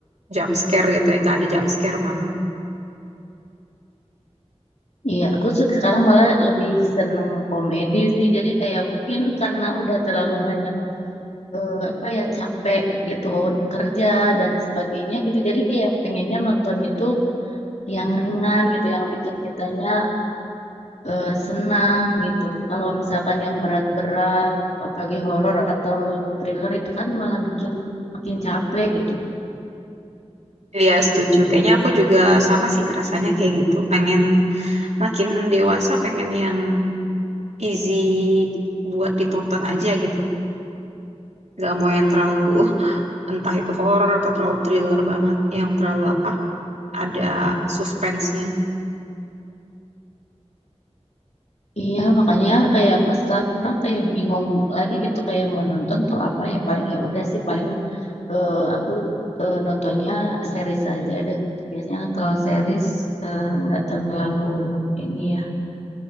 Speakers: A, on the right (about 80°); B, on the left (about 80°).
A: jump scare gitu ya nggak ada jump scare malah
B: Iya, aku se- sekarang malah lebih seneng komedi sih. Jadi kayak mungkin karena udah terlalu banyak eh, apa ya capek gitu kerja dan sebagainya gitu. Jadi kayak pengennya nonton itu yang ringan gitu, yang bikin kitanya eh, senang gitu. Kalau misalkan yang berat-berat, apalagi horor atau thriller itu kan malah bikin makin capek gitu.
A: Iya setuju kayaknya aku juga sama sih ngerasanya kayak gitu pengen makin dewasa pengen yang easy buat ditonton aja gitu Gak mau yang terlalu <laughs> entah itu horror atau terlalu thriller banget yang terlalu apa ada suspense-nya
B: Iya, makanya kayak aku sekarang kayak bingung lagi gitu kayak mau nonton tuh apa ya paling ya udah sih paling eh, aku eh, nontonnya series aja deh. gitu. Biasanya kan kalau series eh, nggak terlalu ini ya,